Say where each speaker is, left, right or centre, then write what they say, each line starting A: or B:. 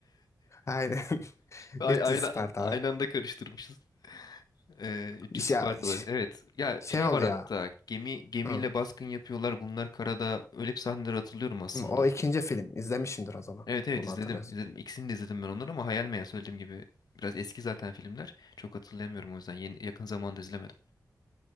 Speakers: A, on the left; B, on the left.
A: Aynen. <laughs>
B: Ay,
A: 300
B: aynı,
A: Spartalı.
B: aynı anda karıştırmışız. Ee, 300
A: İş
B: Spartalı.
A: ya iş-
B: Evet. Ya
A: şey
B: şey
A: oluyor.
B: var hatta. Gemi gemiyle
A: Hı.
B: baskın yapıyorlar. Bunlar karada. Öyle bir sahneleri hatırlıyorum aslında.
A: Hı, O ikinci film. İzlemişsindir o zaman.
B: Evet evet
A: Bunu
B: izledim.
A: hatırlıyorsun.
B: izledim. İkisini de izledim ben onları ama hayal meyal söylediğim gibi. Biraz eski zaten filmler. Çok hatırlayamıyorum o yüzden. Yeni, yakın zamanda izlemedim.